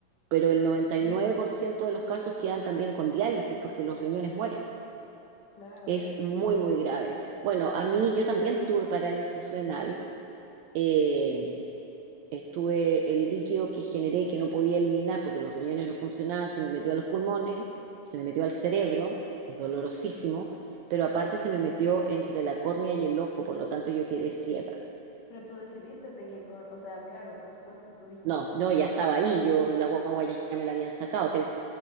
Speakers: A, on the right; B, on the left.
A: pero el 99% de los casos quedan también con diálisis porque los riñones mueren.
B: claro.
A: Es muy, muy grave. Bueno, a mí yo también tuve parálisis renal eh, estuve el líquido que generé que no podía eliminar porque los riñones no funcionaban, se me metió a los pulmones, se me metió al cerebro, es dolorosísimo, pero aparte se me metió entre la córnea y el ojo, por lo tanto yo quedé ciega.
B: Pero tú decidiste seguir con, o sea, claro, por supuesto, tú dijiste
A: No,
B: no.
A: no,
B: y-
A: ya estaba ahí, yo la guagua ya, ya me la habían sacado, te